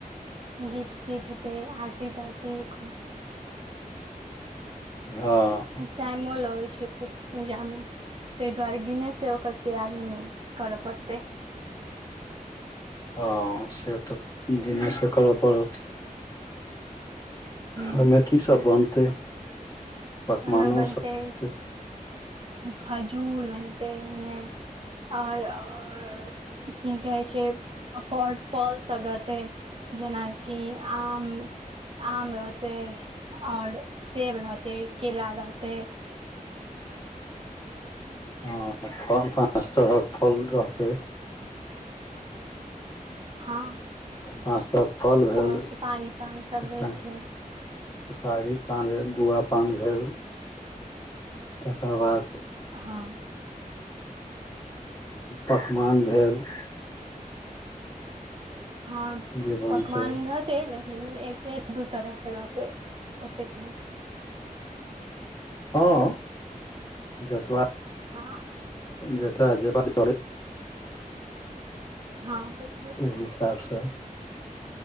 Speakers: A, on the right; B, on the left.
A: गीत तीत हेतै आरती तारती खू
B: हँ
A: टाइमो लगै छै खूब पूजामे ताहि दुआरे दिनेसँ ओकर तैयारीमे करऽ पड़तै
B: हँ से तऽ दिनेसँ करऽ पड़त
A: ओहिमे
B: खाइमे कीसभ बनतै पकवानो
A: ओमे बनते
B: सब
A: खजूर बनते ओमे आओर की कहै छै फफर फॉलसभ रहतै जेनाकि आम आम रहतै आओर सेब रहतै केरा रहतै
B: हँ त फल त पाँच तरहक फल रहतै
A: हँ
B: पाँच तरहक फल भेल
A: आओर सुपारी पान सब
B: तें
A: रहै छै
B: सुपारी पान भेल गुआ पान भेल तकर बाद
A: हँ
B: पकवान भेल
A: हँ
B: जे बनतै
A: पकवान रहत ओते नहि एके दू तरहके रहतै ओतेक नहि
B: हँ जतआ
A: हँ
B: जतरा जेना करय
A: हँ ततबे
B: ओ हिसाबसँ